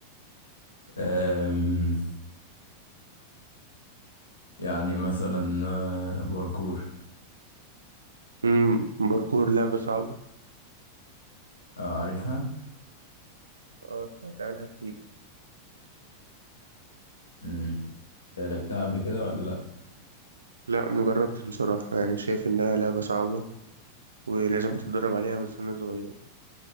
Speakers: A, on the left; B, on the right.
A: آم يعني مثلا آه، باركور
B: امم باركور لعبة صعبة
A: آه عارفها
B: اه سمعت عنها كتير
A: مم. آه، لعبتها قبل كده ولا لا
B: لا مجربتش بصراحة يعني شايف إنها لعبة صعبة ولازم تتدرب عليها من سن صغير